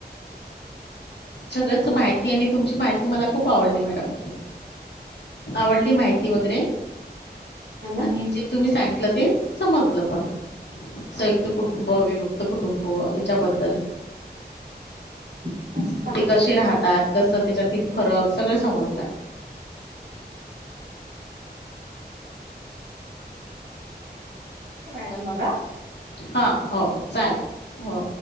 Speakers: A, on the left; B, on the right.
A: सगळंच माहिती आणि तुमची माहिती मला खूप आवडली मॅडम आवडली माहिती वगैरे
B: ह ना
A: आणि तुम्ही सांगलं ते समजलं पण संयुक्त कुटुंब अविभत कुटुंब याच्याबद्दल
B: सांगितलं
A: ते कसे राहता त कस त्याच्यातील फरक सगळं समजला
B: ठेवते मॅडम मग हा
A: हा हो चालेल हो